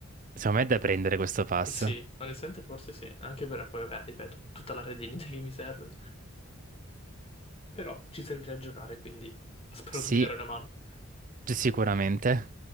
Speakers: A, on the right; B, on the left.
A: Secondo me è da prendere questo pass.
B: Sì, onestamente forse sì, anche per poi, vabbè, ripeto, tutta la redinita che mi serve, però ci servirà a giocare, quindi spero
A: Sì,
B: tu mi darai una mano.
A: sicuramente.